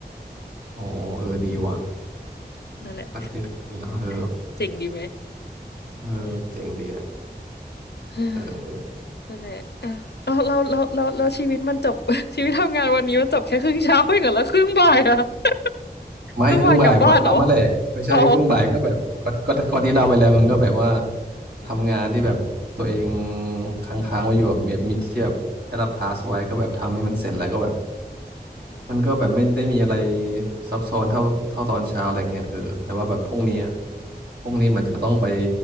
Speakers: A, on the right; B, on the left.
A: โอ้เออดีว่ะ
B: อืมนั่นแหละ
A: ประเทศดีเนาะเออ
B: <laughs> เจ๋งดีไหม
A: เออเจ๋งดีอ่ะ
B: อืม <sighs>
A: เออ
B: นั่นแหละอ่ะเอาเราเราเราเราชีวิตมันจบ <laughs> ชีวิตทำงานวันนี้มันจบแค่ครึ่งเช้าเองเหรอแล้วครึ่งบ่ายอะ <laughs>
A: ไม่ครึ่งบ่ายมันก็ทำมาแหละไม่ใช่ครึ่งบ่ายก็แบบก็ก็ก็ที่เล่าไปแล้วมันก็แบบว่า
B: ครึ่งบ่ายกลับบ้านเหรออ๋ออืม
A: ทำงานที่แบบตัวเองค้างๆไว้อยู่แบบมีมีเทียบได้รับทาสไว้ก็แบบทำให้มันเสร็จแล้วก็แบบ
B: อืม
A: มันก็แบบไม่ได้มีอะไรซับซ้อนเท่าเท่าตอนเช้าอะไรเงี้ยเออแต่ว่าแบบพรุ่งนี้อะ
B: อืม
A: พรุ่งนี้มันจะต้องไป